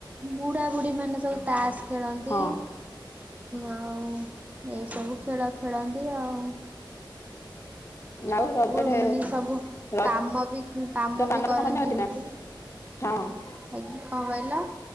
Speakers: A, on the right; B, on the left.
A: ବୁଢା ବୁଢୀ ମାନେ ସବୁ ତାସ୍ ଖେଳନ୍ତି
B: ହଁ
A: ଆଉ, ଏଇସବୁ ଖେଳ ଖେଳନ୍ତି ଆଉ।
B: ଆଉ ରଜରେ
A: ମାନେ ସବୁ
B: ରଜ
A: କାମ ବି କାମ
B: ପାନ
A: ବି କରନ୍ତିନି
B: କଥା ମନେ ଅଛି ନା
A: କେହି।
B: ହଁ ଅ
A: ଆଜି କଁ କହିଲ?